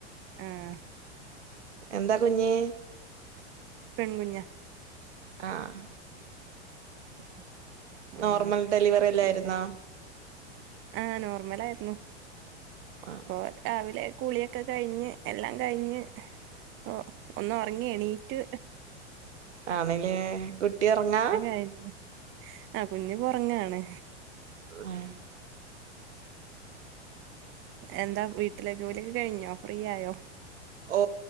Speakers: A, on the right; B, on the right.
A: ആഹ്
B: എന്താ കുഞ്ഞ്
A: പെൺകുഞ്ഞാ
B: ആഹ്
A: <inaudible>
B: നോർമൽ
A: ആഹ്
B: ഡെലിവറി അല്ലായിരുന്നോ
A: പിന്നെ ആഹ് നോർമലായിരുന്നു
B: ആഹ്
A: ഇപ്പൊ രാവിലെ കുളിയൊക്കെ കഴിഞ്ഞ് എല്ലാം കഴിഞ്ഞ് ഓ ഒന്ന് ഉറങ്ങി എണീറ്റ്
B: ആണില്ലേകുട്ടി ഉറങ്ങാ
A: കഴിഞ്ഞു ആഹ് കുഞ്ഞു ഇപ്പം ഉറങ്ങാണ്
B: <inaudible>
A: എന്താ വീട്ടിലെ ജോലിയൊക്കെ കഴിഞ്ഞോ ഫ്രീ ആയോ
B: ഓ